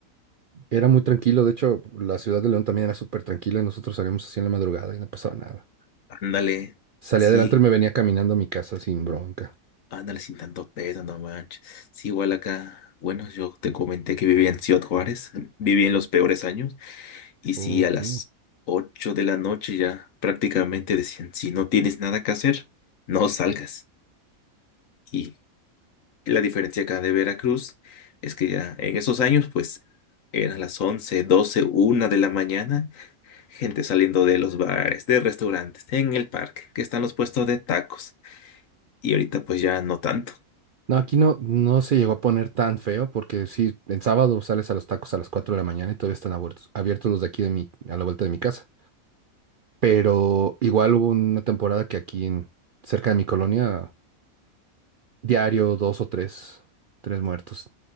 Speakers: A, on the right; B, on the left.
A: <laughs> Era muy tranquilo, de hecho, la ciudad de León también era súper tranquila. Nosotros salíamos así en la madrugada y no pasaba nada.
B: Ándale,
A: Salía
B: sí,
A: adelante y me venía caminando a mi casa sin bronca.
B: ándale sin tanto peso, no manches. Sí, igual acá, bueno, yo te comenté que vivía en Ciudad Juárez, viví en los peores años, y sí,
A: Ok.
B: a las 8 de la noche ya prácticamente decían, si no tienes nada que hacer, no salgas. Y la diferencia acá de Veracruz es que ya en esos años, pues, eran las once, doce, una de la mañana gente saliendo de los bares, de restaurantes, en el parque, que están los puestos de tacos. Y ahorita pues ya no tanto.
A: No, aquí no, no se llegó a poner tan feo porque sí, en sábado sales a los tacos a las 4 de la mañana y todavía están abiertos, abiertos los de aquí de mi, a la vuelta de mi casa. Pero igual hubo una temporada que aquí en, cerca de mi colonia, diario dos o tres, tres muertos.